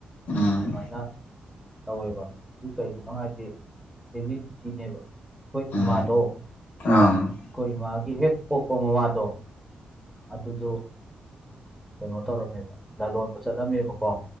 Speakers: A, on the left (about 75°); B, in the centre.
A: ꯎꯝ
B: ꯑꯗꯨꯃꯥꯏꯅ ꯇꯧꯋꯦꯕ ꯁꯤ ꯀꯩꯒꯤꯅꯣ ꯍꯥꯏꯗꯤ ꯍꯦꯔꯤꯗꯤꯇꯤꯅꯦꯕ ꯑꯩꯈꯣꯏ
A: ꯎꯝ
B: ꯏꯃꯥꯗꯣ ꯑꯩꯈꯣꯏ
A: ꯍꯣꯏ ꯌꯥꯝ
B: ꯏꯃꯥꯒꯤ ꯍꯦꯛ ꯄꯣꯛꯄ ꯃꯃꯥꯗꯣ ꯑꯗꯨꯗꯣ ꯀꯩꯅꯣ ꯇꯧꯔꯝꯃꯦꯕ ꯂꯂꯣꯟꯕꯥ ꯆꯠꯂꯝꯃꯦꯕꯀꯣ